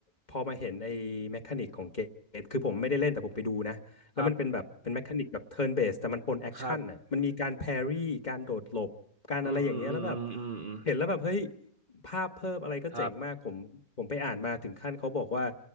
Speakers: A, on the left; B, on the right.
A: พอมาเห็นไอ้แมคานิกของเกมคือผมไม่ได้เล่นแต่ผมไปดูนะแล้วมันเป็นแบบเป็นแมคานิกแบบ
B: ครับ
A: turn based แต่มันปนแอคชั่นอ่ะมันมีการแพรี่การโดดหลบการอะไรอย่างเงี้ยแล้วแบบ
B: ครับอืมอืมอืมอืมอืมอืม
A: เห็นแล้วแบบเฮ้ยภาพเพิ่มอะไรก็เจ๋งมากผมผมไปอ่านมาถึงขั้นเขาบอกว่า
B: ครับ